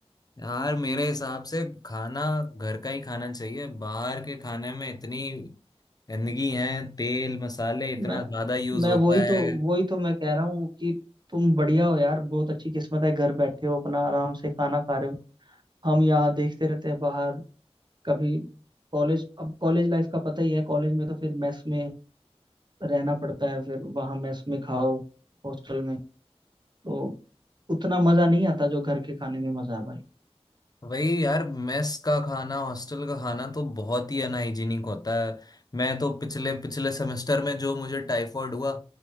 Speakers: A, on the left; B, on the right.
A: यार मेरे हिसाब से खाना घर का ही खाना चाहिए बाहर के खाने में इतनी गंदगी है तेल मसाले इतना
B: मैं
A: ज्यादा यूज
B: मैं
A: होता
B: वही
A: है
B: तो वही तो मैं कह रहा हूँ कि तुम बढ़िया हो यार बहुत अच्छी किस्मत है घर बैठे हो अपना आराम से खाना खा रहे हो हम यहाँ देखते रहते हैं बाहर कभी कॉलेज अब कॉलेज लाइफ का पता ही है कॉलेज में तो फिर मेस में रहना पड़ता है फिर वहाँ मेस में खाओ हॉस्टल में तो उतना मजा नहीं आता जो घर के खाने में मजा है भाई
A: वही यार मेस का खाना हॉस्टल का खाना तो बहुत ही अनहाइजीनिक होता है मैं तो पिछले पिछले सेमेस्टर में जो मुझे टाइफॉइड हुआ